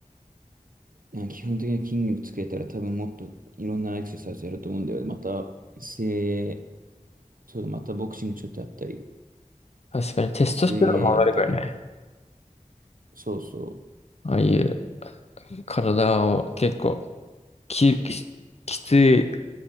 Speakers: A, on the right; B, on the left.
A: いや基本的に筋肉つけたら多分もっといろんなエクササイズやると思うんだよね。また、水泳、そうだ、またボクシングちょっとやったり、
B: 確かに、テストステロンも上がるからね。
A: 水泳やったり、そうそ
B: ああいう体を結構き、き、きつい、